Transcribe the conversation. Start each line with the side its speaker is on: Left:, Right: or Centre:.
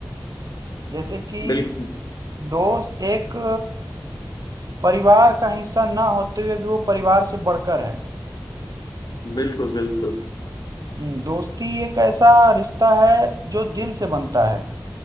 Right: जैसे कि
Left: बिल्कुल
Right: दोस्त एक परिवार का हिस्सा ना होते हुए भी वो परिवार से बढ़कर है
Left: बिल्कुल बिल्कुल
Right: हम्म, दोस्ती एक ऐसा रिश्ता है जो दिल से बनता है